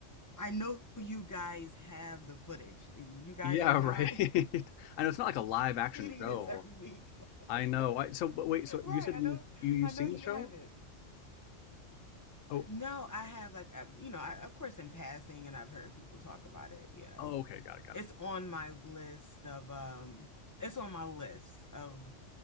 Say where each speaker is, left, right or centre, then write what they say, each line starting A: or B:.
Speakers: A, on the left (about 20°); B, on the left (about 85°).
A: I know you guys have the footage. You guys
B: Yeah,
A: are not
B: right. <laughs> I know it's not like a live
A: <laughs>
B: action
A: shooting
B: show.
A: this every week. <laughs>
B: I know. I, so, but wait, so
A: Right.
B: you said
A: I
B: you,
A: know,
B: you you've
A: I know
B: seen
A: you
B: the show?
A: have it.
B: Oh,
A: No, I have like, uh, you know, I, of course, in passing, and I've heard people talk about it. Yeah.
B: oh, okay, got it, got
A: It's
B: it.
A: on my list of, um, it's on my list of